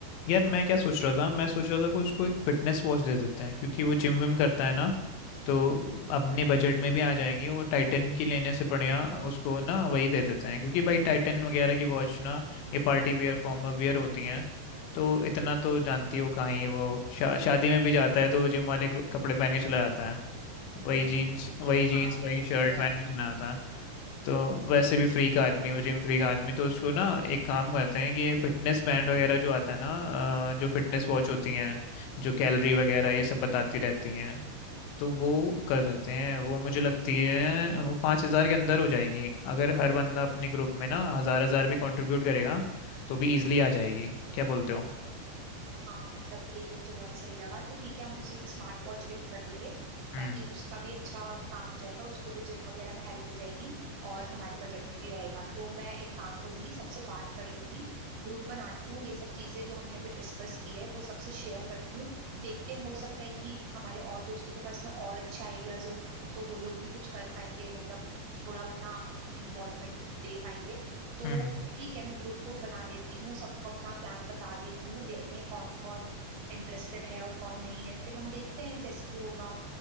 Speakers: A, on the left (about 85°); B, on the right (about 85°).
A: यार मैं क्या सोच रहा था मैं सोच रहा था कि उसको एक फिटनेस वॉच दे देते हैं क्योंकि वो जिम विम करता है ना तो अपने बजट में भी आ जाएगी वो टाइटन की लेने से बढ़िया उसको ना वही दे देते हैं क्योंकि भाई टाइटन वगैरह की वॉच ना ये पार्टी वियर फॉर्मल वियर होती हैं तो इतना तो जानती हो कहीं वो शा, शादी में भी जाता है तो जिम वाले कपड़े पहन के चला जाता है
B: <laughs>
A: वही जीन्स वही जीन्स
B: हाँ
A: वही
B: ये
A: शर्ट
B: तो है
A: पहन के चला जाता है तो वैसे भी फ्री का आदमी हो जिम फ्री का आदमी तो उसको ना एक काम करते हैं कि ये फिटनेस बैंड वगैरह जो आता है ना अ, जो फिटनेस वॉच होती हैं जो कैलोरी वगैरह ये सब बताती रहती हैं तो वो कर देते हैं वो मुझे लगती है वो पाँच हज़ार के अंदर हो जाएंगी अगर हर बंदा अपने ग्रुप में ना हज़ार हज़ार भी कंट्रीब्यूट करेगा तो भी इजिली आ जाएगी क्या बोलते हो
B: हाँ मतलब ये तो मुझे बहुत सही लगा तो ठीक है हम उसे एक स्मार्ट वॉच गिफ्ट कर देंगे
A: हम्म
B: ताकि उसका भी अच्छा काम हो जाएगा उसको भी जिम वगैरह में हेल्प हो जाएगी और हमारे बजट में भी रहेगा तो मैं एक काम करूंगी सबसे बात कर लूंगी ग्रुप बनाती हूँ ये सब चीजें जो हमने अभी डिस्कस की है वो सबसे शेयर करती हूँ देखते हैं हो सकता है कि हमारे और दोस्तों के पास में और अच्छे आइडियाज हों तो वो लोग भी कुछ कर पाएंगे मतलब थोड़ा अपना इन्वॉल्वमेंट दे पाएंगे तो
A: हम्म
B: ठीक है मैं ग्रुप ग्रुप बना लेती हूँ सबको अपना प्लान बता देती हूँ देखते हैं कौन कौन इंटरेस्टेड है और कौन नहीं है फिर हम देखते हैं जैसे भी होगा